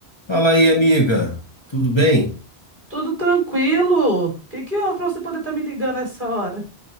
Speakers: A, on the left; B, on the right.
A: Fala aí, amiga. Tudo bem?
B: Tudo tranquilo. O que que houve pra você poder estar me ligando essa hora?